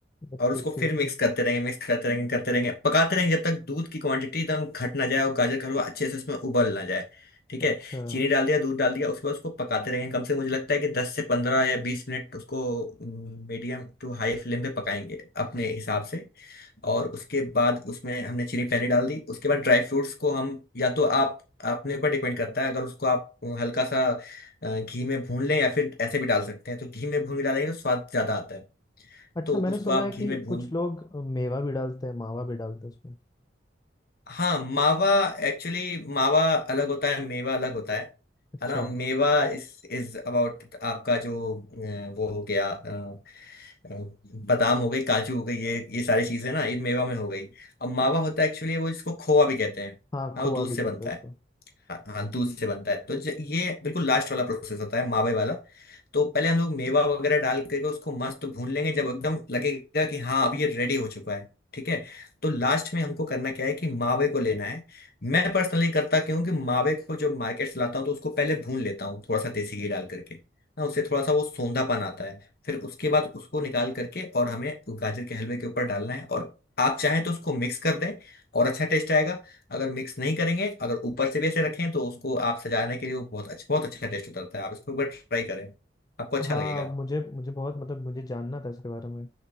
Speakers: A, on the left; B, on the left.
A: ओके
B: और उसको
A: ठीक
B: फिर मिक्स
A: है
B: करते रहेंगे मिक्स करते रहेंगे करते रहेंगे पकाते रहेंगे जब तक दूध की क्वांटिटी एकदम घट ना जाए और गाजर का हलवा अच्छे से उसमें उबल ना जाए ठीक
A: अच्छा
B: है चीनी डाल दिया दूध डाल दिया उसके बाद उसको पकाते रहेंगे कम से कम मुझे लगता है कि दस से पंद्रह या बीस मिनट उसको मीडियम टू हाई फ्लेम पे पकाएंगे अपने हिसाब से और उसके बाद उसमें हमने चीनी पहले डाल दी उसके बाद ड्राई फ्रूट्स को हम या तो आप अपने ऊपर डिपेंड करता है अगर उसको आप हल्का सा अ, घी में भून लें या फिर ऐसे भी डाल सकते हैं तो घी में भून के डालेंगे तो स्वाद ज्यादा आता है
A: अच्छा
B: तो
A: मैंने
B: उसको
A: सुना
B: आप
A: है कि
B: घी में भून
A: कुछ लोग मेवा भी डालते हैं मावा भी डालते हैं उसमें
B: हाँ मावा एक्चुअली मावा अलग होता है मेवा अलग होता है
A: अच्छा
B: है ना मेवा इस इज अबाउट आपका जो अ, वो हो गया अ, अ, बादाम हो गई काजू हो गई ये ये सारी चीजें ना ये मेवा में हो गई अब मावा होता है एक्चुअली वो जिसको खोआ भी कहते हैं
A: हाँ
B: हाँ
A: खोआ
B: वो दूध
A: भी
B: से
A: कहते
B: बनता
A: हैं उसको
B: है हाँ हाँ, दूध से बनता है तो ज- ये बिल्कुल लास्ट वाला प्रोसेस होता है मावे वाला तो पहले हम लोग मेवा वगैरह डाल करके उसको मस्त भून लेंगे जब एकदम लगेगा कि हाँ अब ये रेडी हो चुका है ठीक है तो लास्ट में हमको करना क्या है कि मावे को लेना है मैं पर्सनली करता क्यों कि मावे को जब मार्केट से लाता हूँ तो उसको पहले भून लेता हूँ थोड़ा सा देसी घी डाल करके ना उससे थोड़ा सा वो सोंधापन आता है फिर उसके बाद उसको निकाल करके और हमें गाजर के हलवे के ऊपर डालना है और आप चाहें तो उसको मिक्स कर दें और अच्छा टेस्ट आएगा अगर मिक्स नहीं करेंगे अगर ऊपर से भी ऐसे रखें तो उसको आप सजाने के लिए वो बहुत अच्छा बहुत अच्छा टेस्ट उतरता है आप इसको एक बार ट्राई करें आपको अच्छा
A: हाँ
B: लगेगा
A: मुझे मुझे बहुत मतलब मुझे जानना था इसके बारे में